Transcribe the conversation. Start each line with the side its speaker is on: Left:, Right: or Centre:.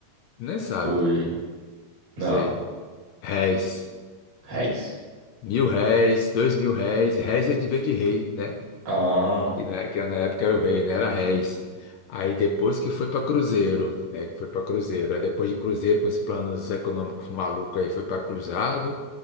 Left: Nem sabe.
Right: Foi. Não.
Left: Sei. Réis.
Right: Reis?
Left: Mil réis, dois mil réis. Réis é de- vem de rei, né?
Right: Ah,
Left: Que na, que na época era o rei, né? Era réis. Aí depois que foi para Cruzeiro, né? Que foi para Cruzeiro. Aí depois de Cruzeiro, com os planos econômicos malucos, aí foi para Cruzado.